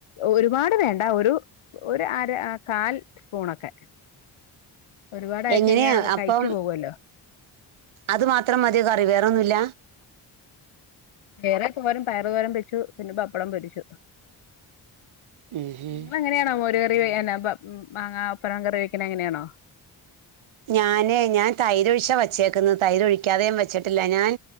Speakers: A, on the left; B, on the right.
A: ഒരുപാട് വേണ്ട ഒരു ഒര് അര അ കാൽ സ്പൂണൊക്കെ ഒരുപാടായി
B: എങ്ങനെയാ
A: കഴിഞ്ഞാ
B: അപ്പം
A: കഴിച്ചു പോകുല്ലോ
B: അത് മാത്രം മതി കറി വേറെന്നുല്ല
A: വേറെ തോരം പയറു തോരം വെച്ചു പിന്നെ പപ്പടം പൊരിച്ചു
B: ഉം ഹും
A: നിങ്ങള അങ്ങനെയാണോ മോരു കറി വെയ് അല്ല പം മാങ്ങാ അപ്പറം കറി വെക്ക്ന്നേ അങ്ങനെയാണോ
B: ഞാന് ഞാൻ തൈരൊഴിച്ച വച്ചേക്കന്ന് തൈരൊഴിക്കാതെയും വെച്ചിട്ടില്ല ഞാൻ